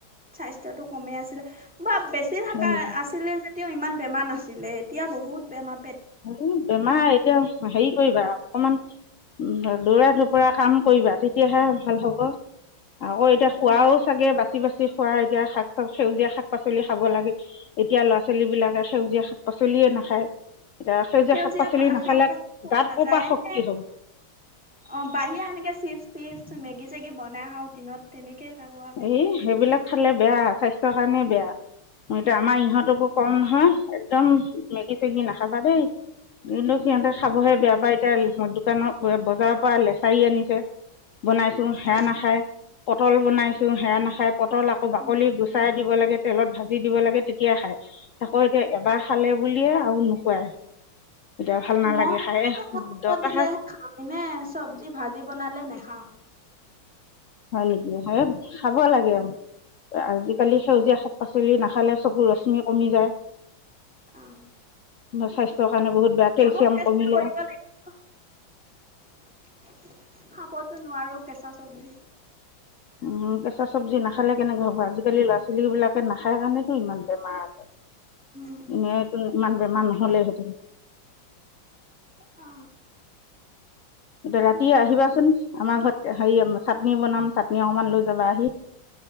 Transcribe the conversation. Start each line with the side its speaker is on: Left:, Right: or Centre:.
Centre: স্বাস্থ্যটো ক'মে আছিলে, বা বেছি ভাকাৰ
Left: হয় নেকি
Centre: আছিলে যেতিয়া ইমান বেমাৰ নাছিলে এতিয়া বহুত বেমা
Left: এই বেমাৰ এতিয়া সেই কইবা অকমান দৌৰা ধপৰা কাম কৰিবা, তেতিয়াহে ভাল হব, আকৌ এতিয়া খোৱাও
Centre: উম
Left: চাগে বাচি বাচি খোৱা, এতিয়া শাক সেউজীয়া শাক পাচলি খাব লাগে। এতিয়া ল'ৰা ছোৱালী বিলাকে সেউজীয়া শাক পাচলিয়ে নাখায়। এতিয়া
Centre: সেউজীয়া
Left: শাক পাচলি নাখালে
Centre: শাক পাচল
Left: গাত
Centre: পা
Left: ক'ৰ
Centre: যায়
Left: পৰা শক্তি
Centre: নে।
Left: হ'ব
Centre: অ বাহিৰা এনেকে চিপছ তিপছ মেগি চেগি বনাই খাওঁ, দিনত তেনেকে থাকো আও।
Left: সেই সেইবিলাক খালে বেয়া, স্বাস্থ্যৰ কাৰণে বেয়া, এতিয়া আমাৰ
Centre: উম
Left: ইহঁতকো কম নহয়, একদম মেগি চেগি নাখাবা দেই কিন্তু সিহঁতে খাবহে
Centre: অ
Left: বেয়া পায়। দোকানৰ বজাৰৰ পৰা লেচাৰী আনিছে, বনাইছো সেয়া
Centre: অ,
Left: নাখায়। পটল বনাইছো সেয়া নাখায়, পটল আকৌ বাকলি
Centre: উম
Left: গুচ চাই দিব লাগে, তেলত ভাজি দিব লাগে তেতিয়া খাই। আকৌ এতিয়া এবাৰ খালে বুলিয়ে আৰু নুখোৱাই। এতিয়া ভাল নালাগে
Centre: মই
Left: খায়ে,
Centre: মুখত
Left: দৰকাৰ
Centre: দিলেহে খাওঁ এনে চব্জি ভাজি বনালে নেখাওঁ।
Left: হয় নেকি। হে খাব লাগে। আজিকালি সেউজীয়া শাক- পাচলি নাখালে চকু ৰশ্মি কমি যায়।
Centre: অ।
Left: স্বাস্থ্য কাৰণে বহুত বেয়া,
Centre: খাব
Left: কেলচিয়াম
Centre: চেষ্টা
Left: কমিলে।
Centre: কৰিব লাগিব খাবতো নোৱাৰো কেঁচা চব্জি।
Left: উম' কেঁচা চবজি নাখালে কেনেকে হ'ব, আজিকালি ল'ৰা ছোৱালী বিলাক নাখায় কাৰণেতো ইমান বেমাৰ আছে,
Centre: উম,
Left: এনেই ইমান বেমাৰ নহলে হেঁতেন।
Centre: অ।
Left: ৰাতি আহিবাচোন আমাৰ ঘৰত, হেৰি চাটনি বনাম চাটনি অকমান লৈ যাবাহি।